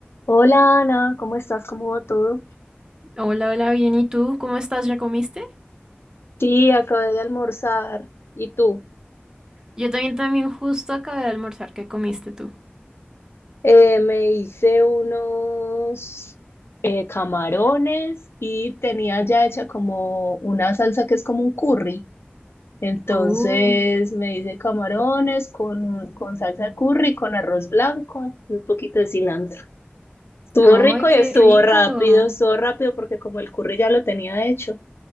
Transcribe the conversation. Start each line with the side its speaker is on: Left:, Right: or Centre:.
Left: Hola Ana, ¿cómo estás? ¿Cómo va todo?
Right: Hola, hola, bien. ¿Y tú? ¿Cómo estás? ¿Ya comiste?
Left: Sí, acabé de almorzar. ¿Y tú?
Right: Yo también, también justo acabé de almorzar. ¿Qué comiste tú?
Left: Eh, me hice unos eh, camarones y tenía ya hecha como una salsa que es como un curry. Entonces
Right: Oh,
Left: me hice camarones con, con salsa curry, con arroz blanco y un poquito de cilantro. Estuvo
Right: ¡Ay,
Left: rico
Right: qué
Left: y estuvo
Right: rico!
Left: rápido, estuvo rápido porque como el curry ya lo tenía hecho.